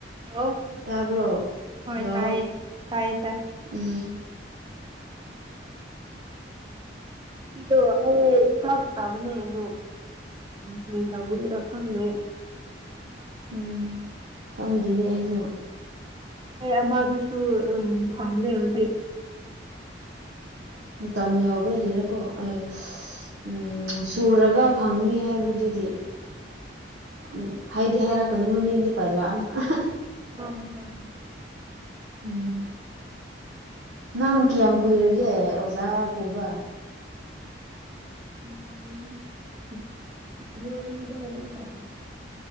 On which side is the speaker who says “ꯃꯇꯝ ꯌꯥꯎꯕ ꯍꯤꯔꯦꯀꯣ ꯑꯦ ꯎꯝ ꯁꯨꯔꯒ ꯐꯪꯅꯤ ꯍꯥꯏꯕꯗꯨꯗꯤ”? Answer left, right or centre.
Right